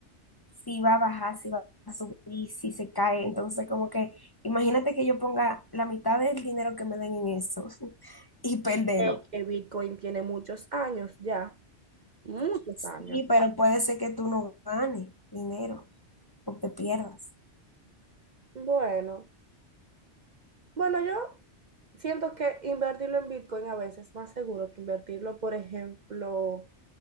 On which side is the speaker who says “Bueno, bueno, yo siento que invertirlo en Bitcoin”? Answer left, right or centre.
Right